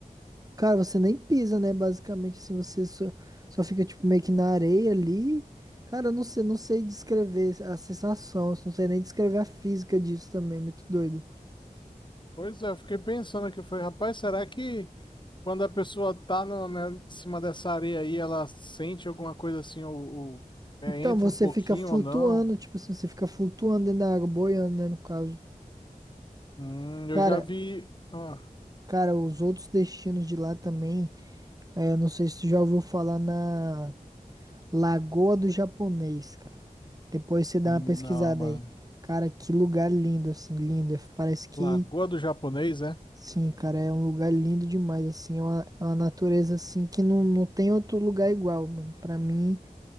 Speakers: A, on the right; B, on the left.
A: Cara, você nem pisa, né? Basicamente, assim, você só, só fica, tipo, meio que na areia ali. Cara, eu não sei, não sei descrever a sensação, eu não sei nem descrever a física disso também, muito doido.
B: Pois é, eu fiquei pensando aqui, eu falei, rapaz, será que quando a pessoa tá no, né, em cima dessa areia aí, ela sente alguma coisa assim, ou, ou, é,
A: Então,
B: entra
A: você
B: um pouquinho
A: fica flutuando,
B: ou não?
A: tipo assim, você fica flutuando dentro da água, boiando, né, no caso.
B: Hum, eu
A: Cara,
B: já vi. ah,
A: cara, os outros destinos de lá também, é, eu não sei se você já ouviu falar na... Lagoa do Japonês, cara. Depois você dá
B: não,
A: uma pesquisada
B: mano.
A: aí. Cara, que lugar lindo, assim, lindo. Eu- Parece que,
B: Lagoa do Japonês, é?
A: sim, cara, é um lugar lindo demais, assim. É uma, é uma natureza, assim, que não, não tem outro lugar igual, mano. Pra mim,